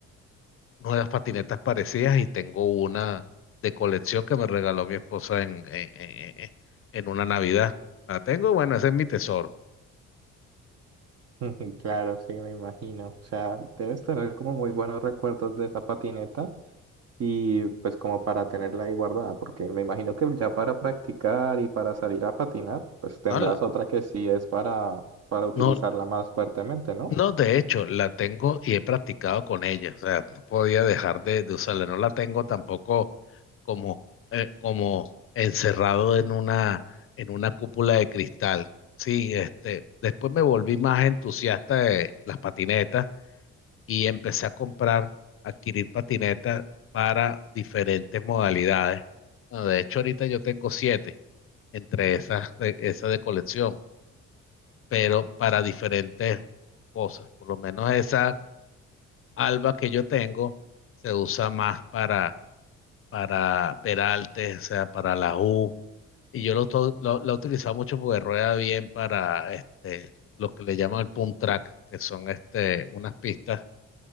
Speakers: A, on the left; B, on the right.
A: nuevas patinetas parecidas y tengo una de colección que me regaló mi esposa en, en, en- en- en una Navidad. La tengo, bueno, ese es mi tesoro.
B: <laughs> Ujú, Claro, sí, me imagino. O sea, debes tener como muy buenos recuerdos de esa patineta y pues como para tenerla ahí guardada, porque me imagino que ya para practicar y para salir a patinar, pues tendrás
A: No, la-
B: otra que sí es para, para utilizarla
A: no,
B: más fuertemente, ¿no?
A: No, de hecho, la tengo y he practicado con ella. O sea, no podía dejar de, de usarla. No la tengo tampoco como, eh, como encerrado en una, en una cúpula de cristal. Sí, este, después me volví más entusiasta de las patinetas y empecé a comprar, adquirir patinetas para diferentes modalidades. Bueno, de hecho, ahorita yo tengo siete entre esas, de- esas de colección, pero para diferentes cosas. Por lo menos esa Alba que yo tengo se usa más para, para Peralte, o sea, para la U. Y yo lo, to- lo, la he utilizado mucho porque rueda bien para este, lo que le llaman el pump track, que son este, unas pistas